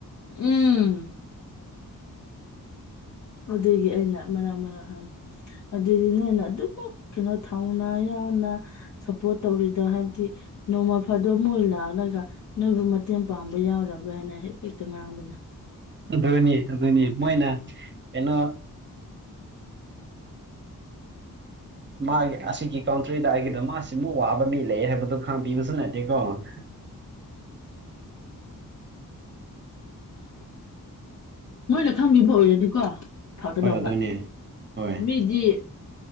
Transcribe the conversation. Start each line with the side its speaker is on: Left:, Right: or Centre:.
Left: ꯎꯝ ꯑꯗꯨꯒꯤ ꯑꯩꯅ ꯃꯔꯥꯛ ꯃꯔꯥꯛ ꯍꯥꯏꯕꯟ ꯑꯗꯨꯗꯤ ꯅꯣꯏꯅ ꯑꯗꯨꯝ ꯀꯩꯅꯣ ꯊꯧꯅꯥ ꯌꯥꯎꯅ ꯁꯞꯄꯣꯔꯠ ꯇꯧꯔꯤꯗꯣ ꯍꯥꯏꯕꯗꯤ ꯅꯣꯡꯃ ꯐꯥꯗꯣꯛ ꯃꯣꯏ ꯂꯥꯛ ꯑꯒ ꯅꯣꯏꯕꯨ ꯃꯇꯦꯡ ꯄꯥꯡꯕ ꯌꯥꯎꯔꯕ꯭ꯔꯥ ꯍꯥꯏꯅ ꯍꯦꯛꯇ ꯍꯦꯛꯇ ꯉꯥꯡꯕꯅꯦ
Right: ꯑꯗꯨꯅꯤ ꯑꯗꯨꯅꯤ ꯃꯣꯏꯅ ꯀꯩꯅꯣ ꯃꯥꯒꯤ ꯑꯁꯤꯒꯤ ꯀꯥꯎꯟꯇ꯭ꯔꯤꯗ ꯑꯩꯒꯤꯗ ꯑꯁꯤꯃꯨꯛ ꯋꯥꯕ ꯃꯤ ꯂꯩ ꯍꯥꯏꯕꯗꯣ ꯈꯥꯡꯕꯤꯕꯁꯨ ꯅꯠꯇꯦꯀꯣ <unintelligible>
Left: ꯃꯣꯏꯅ ꯈꯪꯕꯤꯕ ꯑꯣꯏꯔꯗꯤꯀꯣ ꯐꯒꯗꯧꯕ
Right: ꯍꯣꯏ ꯑꯗꯨꯅꯦ ꯍꯣꯏ
Left: ꯃꯤꯗꯤ